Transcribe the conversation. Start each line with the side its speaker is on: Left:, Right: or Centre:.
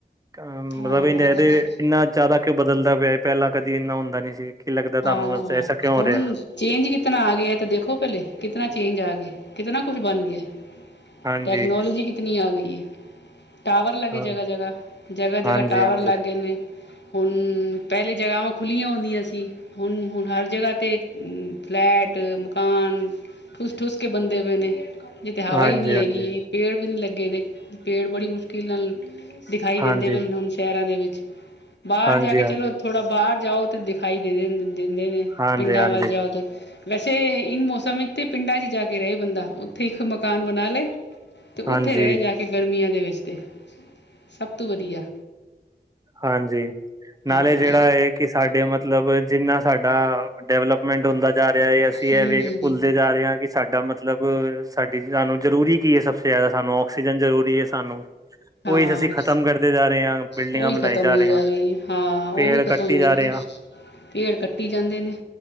Right: ਅ ਮਤਲਬ
Left: ਹਾਂ
Right: ਇਦੇ ਇੰਨਾ ਜ਼ਿਆਦਾ ਕਿ ਬਦਲਦਾ ਪਿਆ, ਪਹਿਲਾਂ ਕਦੀ ਇੰਨਾ ਹੁੰਦਾ ਨੀ ਸੀ। ਕੀ ਲੱਗਦਾ ਤੁਹਾਨੂੰ
Left: ਹਾਂ,
Right: ਐਸਾ ਕਿਉਂ ਹੋ
Left: ਹੁਣ
Right: ਰਿਹਾ
Left: ਚੇਂਜ ਕਿਤਨਾ ਆ ਗਿਆ ਤੇ ਦੇਖੋ ਪਹਿਲੇ, ਕਿਤਨਾ ਚੇਂਜ ਆ ਗਿਆ। ਕਿਤਨਾ ਕੁਛ ਬਣ ਗਿਆ,
Right: ਹਾਂਜੀ
Left: ਟੈਕਨੋਲੋਜੀ ਕਿਤਨੀ ਆ ਗਈ ਹੈ। ਟਾਵਰ ਲੱਗੇ
Right: ਹਾਂ
Left: ਜਗ੍ਹਾ, ਜਗ੍ਹਾ ਜਗ੍ਹਾ, ਜਗ੍ਹਾ
Right: ਹਾਂਜੀ
Left: ਟਾਵਰ
Right: ਹਾਂਜੀ
Left: ਲੱਗ ਗਏ ਨੇ। ਹੁਣ ਪਹਿਲੇ ਜਗ੍ਹਾਵਾਂ ਖੁੱਲ੍ਹੀਆਂ ਹੁੰਦੀਆਂ ਸੀ ਹੁਣ, ਹੁਣ ਹਰ ਜਗ੍ਹਾ 'ਤੇ ਫਲੈਟ, ਮਕਾਨ ਠੂਸ, ਠੂਸ ਕੇ ਬੰਦੇੇ ਵੇਲੇ ਏ ਤੇ ਹਵਾ
Right: ਹਾਂਜੀ
Left: ਈ ਨਹੀਂ
Right: ਹਾਂਜੀ
Left: ਹੈਗੀ, ਪੇੜ ਵੀ ਨਹੀਂ ਲੱਗੇ ਦੇ, ਪੇੜ ਬੜੀ ਮੁਸ਼ਕਿਲ ਨਾਲ ਦਿਖਾਈ
Right: ਹਾਂਜੀ
Left: ਦਿੰਦੇ ਵੇ, ਹੁਣ ਸ਼ਹਿਰਾਂ ਦੇ ਵਿੱਚ ਬਾਹਰ
Right: ਹਾਂਜੀ
Left: ਜਾ ਕੇ
Right: ਹਾਂਜੀ
Left: ਚਲੋ ਥੋੜਾ ਬਾਹਰ ਜਾਓ ਤੇ ਦਿਖਾਈ ਦੇ ਦ ਨੇ ਦਿੰਦੇ ਨੇ
Right: ਹਾਂਜੀ
Left: ਪਿੰਡਾਂ
Right: ਹਾਂਜੀ
Left: ਵੱਲ ਜਾਓ ਤੇ ਵੈਸੇ, ਇਨ ਮੌਸਮ ਵਿੱਚ ਤੇ ਪਿੰਡਾਂ ਚ' ਜਾ ਕੇ ਰਹੇ ਬੰਦਾ ਉੱਥੇ ਇੱਕ ਮਕਾਨ ਬਣਾ ਲਏ ਅਤੇ
Right: ਹਾਂਜੀ
Left: ਉੱਥੇ ਰਹੇ ਜਾ ਕੇ ਗਰਮੀਆਂ ਦੇ ਵਿੱਚ। ਸਭ ਤੋਂ ਵਧੀਆ।
Right: ਹਾਂਜੀ, ਨਾਲੇ
Left: ਹਾਂ
Right: ਜਿਹੜਾ ਹੈ ਕਿ ਸਾਡੇ ਮਤਲਬ ਜਿੰਨਾ ਸਾਡਾ ਡਿਵਲਪ ਮੇੰਟ ਹੁੰਦਾ ਜਾ ਰਿਹਾ ਹੈ, ਅਸੀਂ
Left: ਹੂੰ
Right: ਐਵੇਂ ਭੁੱਲਦੇ ਜਾ ਰਹੇ ਹਾਂ ਕਿ ਸਾਡਾ ਮਤਲਬ ਸਾਡੀ ਸਾਨੂੰ ਜ਼ਰੂਰੀ ਕੀ ਹੈ, ਸਭ ਤੋਂ ਜ਼ਿਆਦਾ ਸਾਨੂੰ ਆਕਸੀਜਨ ਜ਼ਰੂਰੀ ਹੈ ਸਾਨੂੰ
Left: ਹਾਂ
Right: ਉਹੀ ਅਸੀਂ ਖ਼ਤਮ ਕਰਦੇ ਜਾ ਰਹੇ ਹਾਂ ਬਿਲਡਿੰਗਾਂ
Left: ਉਹੀ
Right: ਬਣਾਈ
Left: ਖਤਮ ਹੋਈ
Right: ਰਹੇ
Left: ਜਾ
Right: ਹਾਂ
Left: ਰਹੀ, ਹਾਂ ਉਹ
Right: ਪੇੜ
Left: ਵੀ ਖ਼ਤਮ
Right: ਕੱਟੀ
Left: ਹੋ
Right: ਜਾ
Left: ਰਹੀ
Right: ਰਹੇ
Left: ਏ
Right: ਹਾਂ
Left: ਪੇੜ ਕੱਟੀ ਜਾਂਦੇ ਨੇ,